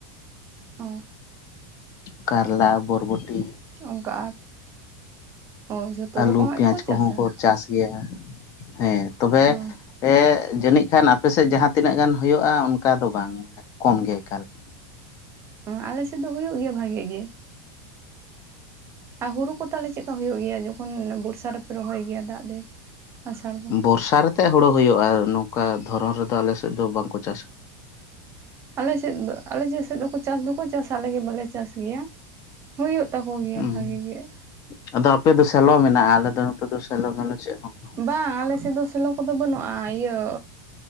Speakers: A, on the right; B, on the left.
A: ᱚ ᱻ
B: ᱠᱟᱨᱞᱟ, ᱵᱚᱨᱵᱚᱴᱤ
A: ᱚᱱᱠᱟ ᱟᱨ, ᱚᱻ ᱡᱚᱛᱚ
B: ᱟᱹᱞᱩ
A: ᱨᱚᱠᱚᱢᱟᱜ
B: ᱯᱮᱸᱭᱟᱡᱽ
A: ᱠᱚ ᱪᱟᱥᱟ
B: ᱠᱚᱦᱚᱸ
A: ᱾
B: ᱪᱟᱥ ᱜᱮᱭᱟ ᱾ ᱦᱮᱸᱻ ᱛᱚᱵᱮ
A: ᱚ
B: ᱮᱻ ᱡᱟᱹᱱᱤᱡ ᱠᱷᱟᱱ ᱟᱯᱮᱥᱮᱫ ᱡᱟᱦᱟᱸ ᱛᱤᱱᱟᱹᱜ ᱜᱟᱱ ᱦᱩᱭᱩᱜᱼᱟ ᱚᱱᱠᱟ ᱫᱚ ᱵᱟᱝ ᱠᱚᱢ ᱜᱮ ᱮᱠᱟᱞ ᱾
A: ᱚᱸᱻ ᱟᱞᱮᱥᱮᱫ ᱫᱚ ᱦᱩᱭᱩᱜ ᱜᱮᱭᱟ ᱵᱷᱟᱜᱮ ᱜᱮ ᱾ ᱟᱨ ᱦᱩᱲᱩ ᱠᱚ ᱛᱟᱦᱚᱞᱮ ᱪᱮᱫ ᱞᱮᱠᱟ ᱦᱩᱭᱩᱜ ᱜᱮᱭᱟ ᱡᱚᱠᱷᱚᱱ ᱵᱚᱨᱥᱟ ᱨᱮᱯᱮ ᱨᱚᱦᱚᱭ ᱜᱮᱭᱟ ᱫᱟᱜ ᱫᱤᱱ? ᱟᱥᱟᱲ ᱵᱚᱸᱜᱟ
B: ᱵᱚᱨᱥᱟ ᱨᱮᱛᱮᱜ ᱦᱳᱲᱳ ᱦᱳᱭᱳᱜᱼᱟ ᱾ ᱱᱚᱝᱠᱟ ᱫᱷᱚᱨᱚᱱ ᱨᱮᱫᱚ ᱟᱞᱮᱥᱮᱫ ᱫᱚ ᱵᱟᱝᱠᱚ ᱪᱟᱥᱟ ᱾
A: ᱟᱞᱮ ᱥᱮᱫ ᱫᱚ ᱟᱞᱮ ᱥᱮᱫ ᱥᱮᱫ ᱫᱚ ᱪᱟᱥ ᱫᱚᱠᱚ ᱪᱟᱥᱟ ᱟᱞᱮ ᱜᱮ ᱵᱟᱞᱮ ᱪᱟᱥ ᱜᱮᱭᱟ ᱾ ᱦᱳᱭᱳᱜ ᱛᱟᱠᱚ ᱜᱮᱭᱟ
B: ᱦᱩᱸ
A: ᱵᱷᱟᱹᱜᱮ ᱜᱮ ᱾
B: ᱟᱫᱚ ᱟᱯᱮ ᱫᱚ ᱥᱮᱞᱚ ᱢᱮᱱᱟᱜᱼᱟ ᱾ ᱟᱞᱮ ᱫᱚ ᱱᱚᱛᱮ ᱫᱚ ᱥᱮᱞᱚ ᱴᱮᱞᱚ ᱪᱮᱫ ᱦᱚᱸ ᱵᱟᱹᱱᱩᱜ ᱾
A: ᱵᱟᱝ ᱟᱞᱮ ᱥᱮᱫ ᱫᱚ ᱥᱮᱞᱚ ᱠᱚᱫᱚ ᱵᱟᱹᱱᱩᱜᱼᱟ ᱾ ᱤᱭᱟᱹ